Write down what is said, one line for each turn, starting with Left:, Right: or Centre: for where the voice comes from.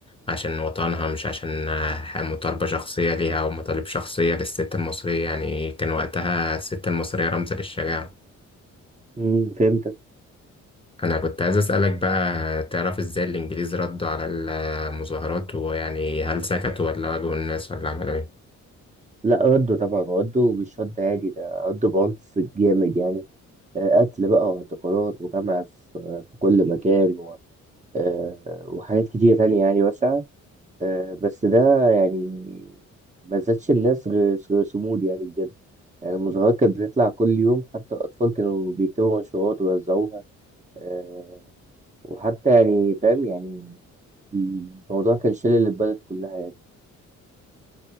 Left: عشان وطنها مش عشان آه، مطالبة شخصية ليها أو مطالب شخصية للست المصرية يعني كان وقتها الست المصرية رمز للشجاعة
Right: امم فهمت
Left: انا كنت عايز اسالك بقى تعرف ازاي الانجليز ردوا على المظاهرات ويعني هل سكتوا ولا واجهوا الناس ولا عملوا ايه
Right: لا ردوا طبعا ردوا مش رد عادي ده ردوا بعنف جامد يعني آه، قتل بقى واعتقالات وجمع في آه، في كل مكان و... آه، وحاجات كتيرة تانية يعني واسعة آه، بس ده يعني ما زادش الناس غير غير صمود يعني بجد يعني المظاهرات كانت بتطلع كل يوم حتى الأطفال كانوا بيكتبوا منشورات ويوزعوها آه، وحتى يعني فاهم يعني الموضوع كان شلل البلد كلها يعني